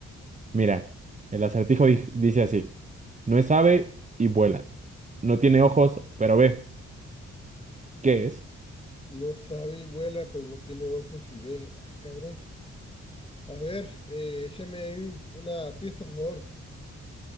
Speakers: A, on the right (about 25°); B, on the left (about 20°).
A: Mira, el acertijo di- dice así, no es ave y vuela, no tiene ojos, pero ve, ¿qué es?
B: No sabe y vuela, pero no tiene ojos y ve. Ah, cabrón. A ver, eh, échame ahí una pista, por favor.